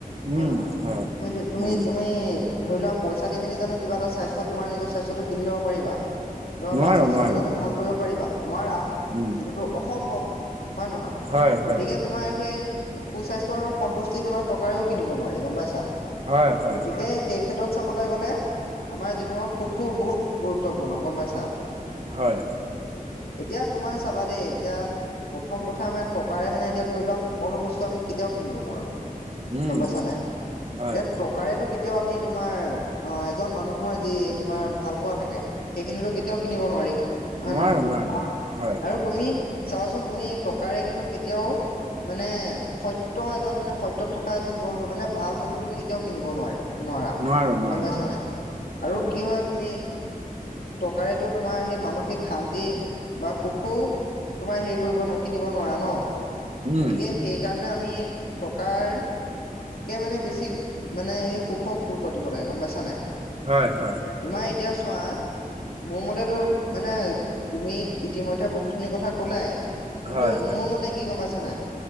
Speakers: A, on the left; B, on the right.
A: হয়
B: উম
A: নহয়,
B: হয়
A: তুমি তুমি
B: উম
A: তুমি ধৰি লোৱা পইচা দি মেলি জানো কিবা এটা স্বাস্থ্য তোমাৰ নিজৰ স্বাস্থ্যটো কিনি ল'ব পাৰিবা। তোমাৰ
B: নোৱাৰো
A: বা স্বাস্থ্যটো
B: নোৱাৰো
A: জনো ভাল কৰিব পাৰিবা, নোৱাৰা।
B: উম।
A: টো অসম্ভৱ হয় নহয়
B: হয় হয়
A: গতিকে তোমাৰ সেই সু-স্বাস্থ্য আৰু সন্তুষ্ট যি তোমাৰ টকাৰেও কিনিব নোৱাৰি গম পাইছা।
B: হয় হয়
A: গতিকে সেই ক্ষেত্ৰত চাবলৈ গ'লে আমাৰ জীৱনত সুখো বহুত গুৰুত্বপূৰ্ণ গম পাইছা।
B: হয়।
A: এতিয়া তোমাৰ চাবা দেই এতিয়া প্ৰথম কথা মানে টকাৰে মানে এতিয়া ধৰি ল সকলো বস্তু আমি কেতিয়াও কিনিব নোৱাৰোঁ
B: উম
A: গম পাইছা নাই
B: হয়
A: এ ট- কাৰেটো কেতিয়াও আমি তোমাৰ অ এজন মানুহৰ যি তোমাৰ ভালপোৱা থাকে সেইখিনিতো কেতিয়াও কিনিব নোৱাৰি হয়
B: নোৱাৰো
A: নহয়
B: নোৱাৰো হয়
A: আৰু তুমি চাবাচোন তুমি টকাৰে কিন্তু কেতিয়াও মানে সত্য এজন মানে সত্য- ত থকা এজন বন্ধ মানে ভাল বন্ধু তুমি কেতিয়াও কিনিব নোৱাৰিয়া। নোৱাৰা
B: নোৱাৰো নোৱাৰো
A: গম পাইছা নাই আৰু
B: উম
A: কি হইট তুমি টকাৰেতো তোমাৰ সেই মানসিক শান্তি বা সুখো তোমাৰ হেৰি কৰিব কিনিব নোৱাৰা ন।
B: উম
A: গতিকে সেইকাৰণে আমি কাৰ কে মানে বেছি মানে এই সুখক গুৰুত্ব দিব লাগে গম পাইছা নাই।
B: হয় হয়।
A: তোমাৰ এতিয়া চোৱা মোৰ মতেতো মানে তুমি ইতিমধ্যে বহুতখিনি কথা কলাই কিন্তু
B: হয় হয়
A: মোৰ মতে কি গম পাইছানাই,